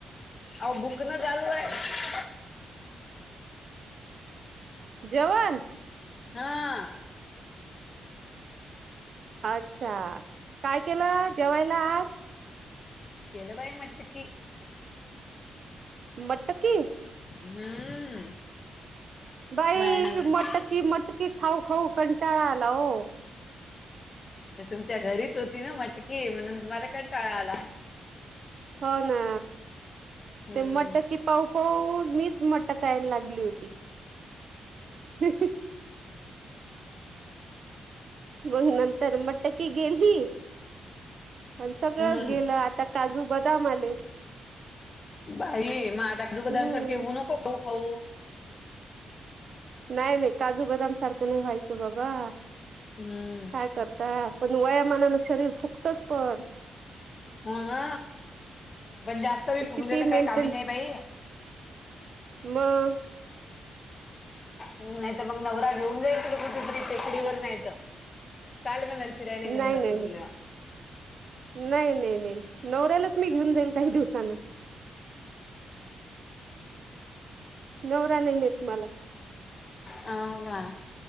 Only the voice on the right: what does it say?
जवन
अच्छा काय केलं जेवायला आज
मटकी
बाई
मटकी मटकी खाऊ खाऊ कंटाळा आला हो
हो ना
ते म्हटत कि पाऊ पाऊ मीच मटकायला लागली होती ह मग नंतर म्हटत की गेली आणि सगळंच
गेलं आता काजू बदाम आलेत
हम्म
नाही नाही काजू बदाम सारखं नाही व्हायचं बाबा
काय करता पण वयामानानं शरीर फुकतच पण
ते किती
मेंटेन
म
नाही
नाही
नाही नाही नाही नवऱ्यालाच मी घेऊन जाईल काही दिवसाांन नवरा नाही न म्हाला